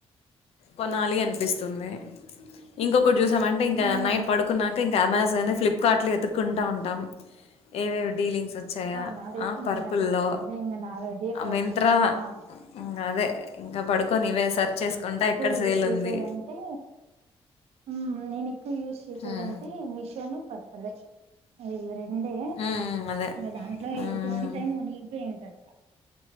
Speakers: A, on the left; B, on the right.
A: కొనాలి అనిపిస్తుంది ఇంకొకటి చూసామంటే ఇంకా
B: మ్మ్
A: నైట్ పడుకున్నాక ఇం కెమెరాస్ అది ఫ్లిప్కార్ట్ లో ఎతుక్కుంటా ఉంటాం ఏవేవి డీలింగ్స్ వచ్చాయా
B: ఆ నాది అది
A: పర్పుల్లో
B: ఏం కాదు అదే ఇంగ నాదే
A: మింత్రా
B: ఆ
A: ఇంక అదే ఇంకా పడు కొనివే సర్చ్ చేసుకుంటా ఎక్కడ
B: యూసు
A: సేల్
B: చేసేదంటే
A: ఉంది
B: మ్ నేను యూజ్ చేసేదింటే
A: ఉమ్
B: మిషన్ అదే ఇవి రెండే
A: ఉమ్, అదే
B: దాంట్లో
A: ఉమ్
B: ఎనీ టైమ్ మునిగిపోయి ఉంటాయి